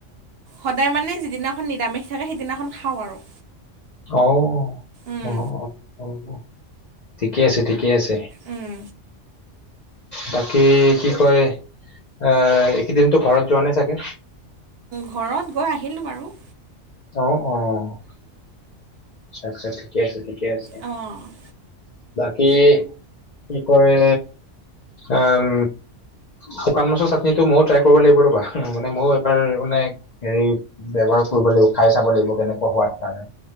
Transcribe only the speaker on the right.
সদায় মানে যিদিনাখন নিৰামিষ থাকে সেইদিনাখন খাওঁ আৰু।
উম
উম
ঘৰত গৈ আহিলোঁ বাৰু।
অ'।